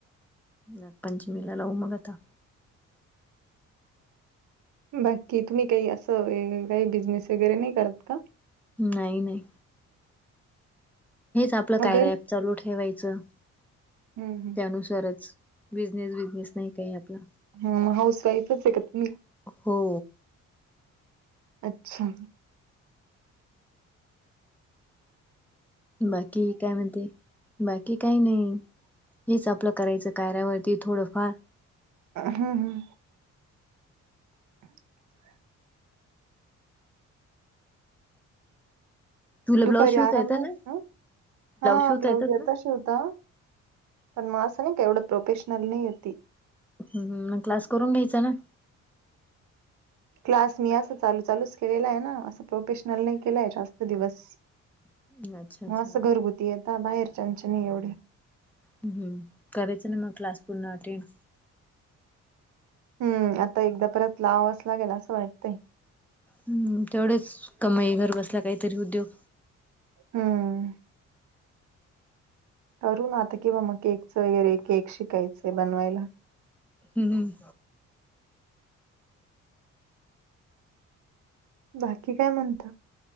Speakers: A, in the centre; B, on the right (about 70°).
A: नाग पंचमीला लावू मग आता.
B: बाकी तुम्ही काही असं काही बिझनेस वगैरे नाही करत का??
A: नाही नाही. हेच आपलं
B: मग
A: कार्य ॲप चालू ठेवायचं.
B: हम हम.
A: च बिनेस बजनेस नाही का आपला
B: हा मग हाऊस वाईफच आहे का तुम्ही
A: हो.
B: अच्छा.
A: बाकी काय म्हणते. बाकी काही नाही हेच आपलं करायचं कार्यावरती थोडंफार
B: हम्म हम्म. <inaudible>
A: तुला
B: दुपारी
A: ब्लाऊज शिवता
B: आराम
A: येतं
B: नसतो
A: ना
B: हा
A: शिवता
B: ब्लाऊज
A: येतात ना
B: येता शिवता पण मला असं नाही एवढं प्रोफेशनल नाही आहेत ती
A: ह मग क्लास करून घ्यायचा ना.
B: क्लास मी असं चालू चालूच केलेला आहे ना असं प्रोफेशनल नाही केलाय जास्त दिवस.
A: ना अच्छा अच्छा
B: मग असं घरगुती यता बाहेरच्याचे नाही एवढे.
A: हम करायचं ना मग क्लास पूर्ण अटेंड.
B: हम्म आता एकदा परत लावावेच लागते असं वाटतय.
A: हम्म तेवढेच कमाई घर बसल्या काहीतरी उद्योग.
B: हम्म. करू ना आता कि बा मग केकचं वगैरे केक शिकायचंय बनवायला.
A: हम्म हम्म.
B: बाकी काय म्हणता.